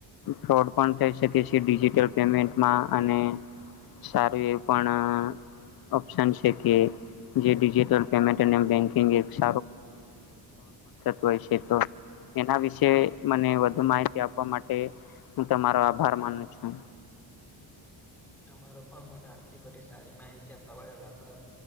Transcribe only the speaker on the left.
ફ્રોડ પણ થઈ શકે ડિજિટલ પેમેન્ટમાં અને સારું એવું પણ ઓપ્શન છે કે જેટલ પેન્ટંગ સ હોય છે એના વિશે મને વધુ માહિતી આપવા માટે હું તમારો આભાર માનું છું